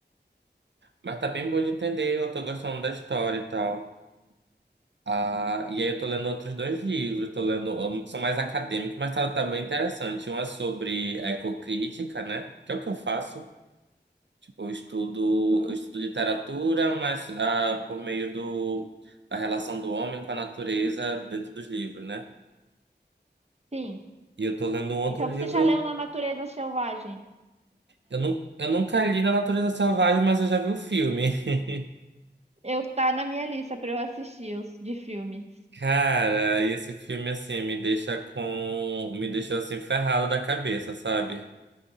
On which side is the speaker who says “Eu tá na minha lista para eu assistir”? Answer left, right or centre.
Right